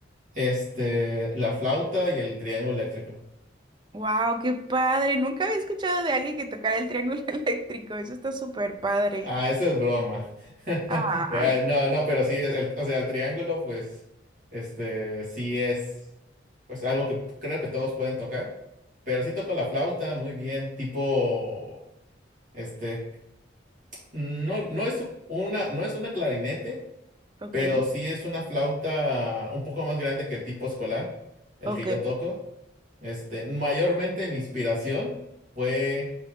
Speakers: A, on the right (about 45°); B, on the right (about 25°).
A: Este, la flauta y el triángulo eléctrico.
B: ¡Wow! ¡Qué padre! Nunca había escuchado de alguien que tocara el triángulo <laughs> eléctrico, eso está súper padre.
A: Ah, esa es broma. <laughs>
B: Ah,
A: Ya, No, no, pero sí, el- o sea, el triángulo, pues, este, sí es, pues, algo que creo que todos pueden tocar, pero sí toco la flauta muy bien, tipo, este, no, no es una, no es una clarinete,
B: ok,
A: pero sí es una flauta un poco más grande que el tipo escolar, el
B: ok.
A: que yo toco. Este, mayormente mi inspiración fue